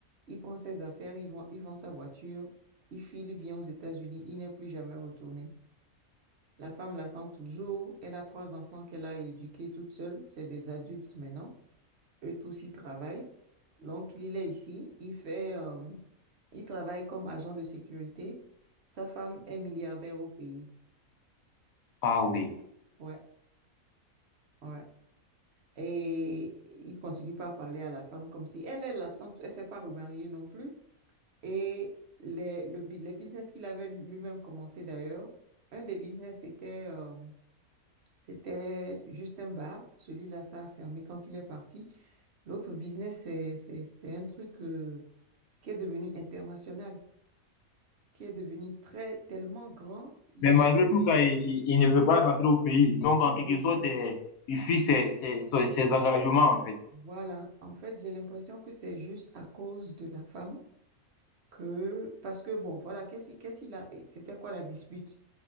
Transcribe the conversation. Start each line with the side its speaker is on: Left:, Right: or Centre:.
Right: il prend ses affaires, il vend, il vend sa voiture, il file, il vient aux États-Unis, il n'est plus jamais retourné. La femme l'attend toujours, elle a trois enfants qu'elle a éduqués toute seule, c'est des adultes maintenant, eux tous ils travaillent. Donc il est ici, il fait, euh, il travaille comme agent de sécurité. Sa femme est milliardaire au pays.
Left: Ah oui.
Right: Ouais, ouais. Et il continue pas à parler à la femme comme si elle, elle l'attend, elle s'est pas remariée non plus. Et les, le bu- les business qu'il avait lui-même commencé d'ailleurs, un des business, c'était euh, c'était juste un bar. Celui-là, ça a fermé quand il est parti. L'autre business, c'est, c'est, c'est un truc euh, qui est devenu international, qui est devenu très, tellement grand, il
Left: Mais
Right: y
Left: malgré
Right: a,
Left: tout ça, il, il- il ne veut pas rentrer au pays. Donc,
Right: il
Left: en
Right: ne
Left: quelque
Right: veut pas.
Left: sorte, euh, il fuit ses, ses- ses- ses engagements, en fait.
Right: Voilà. En fait, j'ai l'impression que c'est juste à cause de la femme que, parce que bon, voilà, qu'est-ce qu'est-ce qu'il a, c'était quoi la dispute?